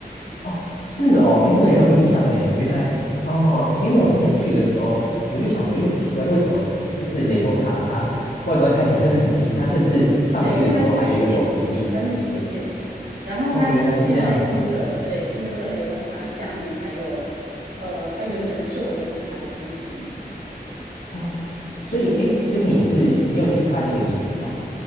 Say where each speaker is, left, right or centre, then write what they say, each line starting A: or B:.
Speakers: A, on the left (about 85°); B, on the right (about 80°).
A: 哦，是哦，诶，我没有印象诶，
B: 对
A: 原来是哦，因为我之前去的时候，我就想说，咦，奇怪，为什么就是雷峰塔它外观看起来真的很新，它甚至上去的时候还有一个手扶梯。
B: 对，因为它是重建的，它是新建的。然后它就是现在新的，
A: 哦，原来是这样。
B: 对，新的那个雷峰塔下面还有呃，它原本旧的雷峰塔的遗址。
A: 哦，所以诶，所以你是你有去看那个遗址吗？